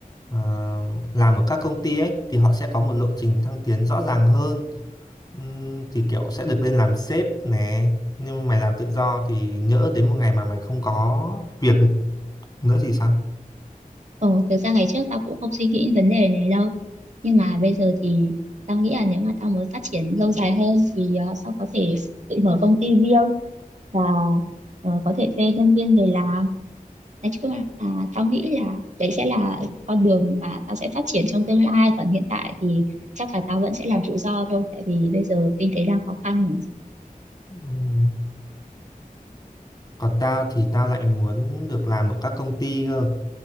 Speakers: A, on the left (about 25°); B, on the right (about 55°).
A: ờ, làm ở các công ty ấy thì họ sẽ có một lộ trình thăng tiến rõ ràng hơn. Ừm, thì kiểu sẽ được lên làm sếp nè. Nhưng mà mày làm tự do thì nhỡ đến một ngày mà mày không có việc nữa thì sao?
B: Ừ, thực ra ngày trước tao cũng không suy nghĩ vấn đề này đâu. Nhưng mà bây giờ thì tao nghĩ là nếu mà tao muốn phát triển lâu dài hơn thì ờ, tao có thể tự mở công ty riêng và ờ, có thể thuê nhân viên về làm. Nói chung là à, tao nghĩ là đấy sẽ là con đường mà tao sẽ phát triển trong tương lai. Còn hiện tại thì chắc là tao vẫn sẽ làm tự do thôi. Tại vì bây giờ kinh tế đang khó khăn mà.
A: Ừm, Còn tao thì tao lại muốn được làm ở các công ty cơ.